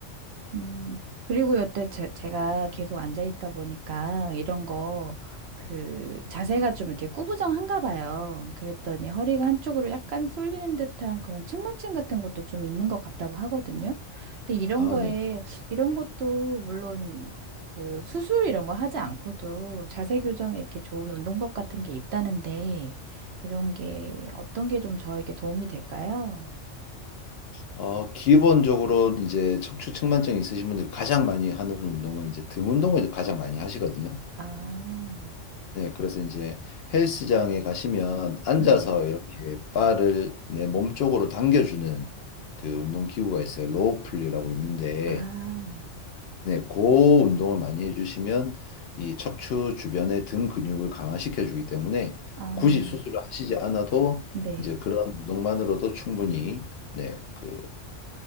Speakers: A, on the right (about 65°); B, on the left (about 65°).
A: 음, 그리고 여태 제, 제가 계속 앉아 있다 보니까 이런 거, 그, 자세가 좀 이렇게 꾸부정한가 봐요. 그랬더니 허리가 한쪽으로 약간 쏠리는 듯한 그런 측만증 같은 것도 좀 있는 것 같다고 하거든요. 근데 이런
B: 아,
A: 거에,
B: 네.
A: 이런 것도 물론 그 수술 이런 거 하지 않고도 자세 교정에 이렇게 좋은 운동법 같은 게 있다는데 이런 게 어떤 게 좀 저에게 도움이 될까요?
B: 어, 기본적으로 이제 척추 측만증이 있으신 분들이 가장 많이 하는 운동은 이제 등 운동을 가장 많이 하시거든요.
A: 아,
B: 네, 그래서 이제 헬스장에 가시면 앉아서
A: 네.
B: 이렇게 바를 내 몸 쪽으로 당겨주는 그 운동 기구가 있어요. 로우 플리라고 있는데,
A: 아,
B: 네, 그 운동을 많이 해주시면 이 척추 주변의 등 근육을 강화시켜 주기 때문에
A: 아.
B: 굳이 수술을 하시지 않아도
A: 네,
B: 이제 그런 운동만으로도 충분히 네, 그